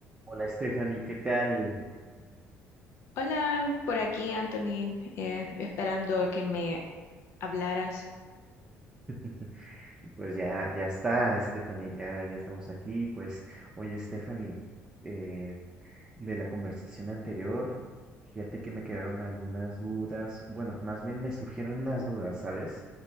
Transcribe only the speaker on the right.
Hola Stephanie, ¿qué tal?
<laughs> Pues ya, ya está, Stephanie, ya, ya estamos aquí. Pues, oye Stephanie, eh, de la conversación anterior, fíjate que me quedaron algunas dudas. Bueno, más bien me surgieron unas dudas, ¿sabes?